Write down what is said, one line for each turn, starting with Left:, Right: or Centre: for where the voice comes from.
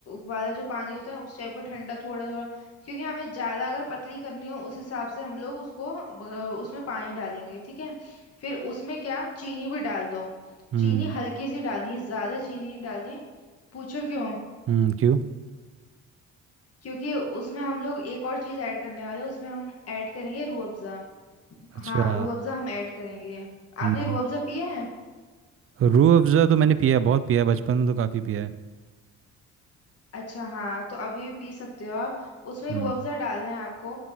Left: वाला जो पानी होता है उस टाइप का ठंडा थोड़ा थोड़ा क्योंकि हमें ज्यादा अगर पतली करनी हो उस हिसाब से हम लोग उसको अ, उसमें पानी डालेंगे ठीक है फिर उसमें क्या चीनी भी डाल दो
Right: हम्म
Left: चीनी हल्की सी डालनी ज्यादा चीनी नहीं डालनी पूछो क्यों
Right: हम्म क्यों
Left: क्योंकि उसमें हम लोग एक और चीज ऐड करने वाले हैं उसमें हम ऐड करेंगे रूह अफ़ज़ा
Right: अच्छा
Left: हाँ रूह अफ़ज़ा हम ऐड करेंगे
Right: हम्म
Left: आपने रूह अफ़ज़ा पिया है
Right: रूह अफ़ज़ा तो मैंने पिया है, बहुत पिया है बचपन में तो काफ़ी पिया है
Left: अच्छा हाँ तो अभी भी पी सकते हो आप उसमें
Right: हम्म
Left: रूह अफ़ज़ा डालना है आपको